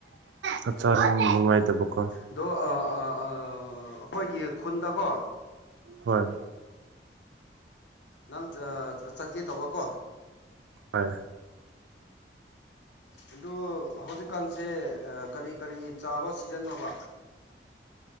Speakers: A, on the right; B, on the left.
A: ꯍꯛꯆꯥꯡ ꯅꯨꯡꯉꯥꯏꯗꯕꯛ
B: ꯑꯗꯣ ꯑꯥ ꯑꯥ ꯑ ꯥ ꯑꯩꯈꯣꯏꯒꯤ ꯈꯨꯟꯗꯀꯣ
A: ꯍꯣꯏ
B: ꯅꯪ ꯑꯥ ꯆꯠꯀꯦ ꯇꯧꯕꯀꯣ
A: ꯍꯣꯏ
B: ꯑꯗꯨ ꯍꯧꯖꯤꯛꯀꯥꯟꯁꯦ ꯀꯔꯤ ꯀꯔꯤ ꯆꯥꯕ ꯁꯤꯖꯤꯟꯅꯣꯕ